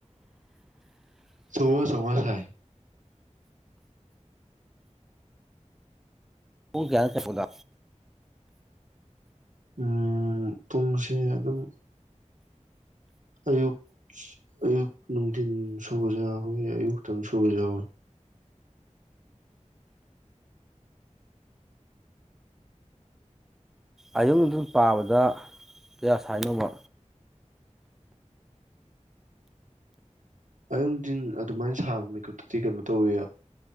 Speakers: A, on the right (about 90°); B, in the centre.
A: ꯆꯣꯡꯉ ꯆꯣꯡꯉ ꯁꯥꯏ
B: ꯍꯨꯡ ꯀꯌꯥꯔ ꯀꯄꯗꯥ
A: ꯎꯝ ꯄꯨꯡꯁꯦ ꯑꯗꯨꯝ ꯑꯌꯨꯛ ꯑꯌꯨꯛ ꯅꯨꯡꯊꯤꯤꯟ ꯁꯨꯕꯁꯨ ꯌꯥꯎꯋꯦ ꯑꯌꯨꯛꯇꯪ ꯁꯨꯕ ꯌꯥꯎꯋꯤ
B: ꯑꯌꯨꯛ ꯑꯅꯨꯡ ꯑꯗꯨꯟ ꯄꯥꯕꯗ ꯀꯌꯥ ꯁꯥꯏꯅꯧꯕ
A: ꯑꯌꯗꯤꯟ ꯑꯗꯨꯃꯥꯏꯅ ꯁꯥꯕ ꯃꯤꯀꯨꯞꯇꯗꯤ ꯀꯩꯅꯣ ꯇꯧꯋꯦ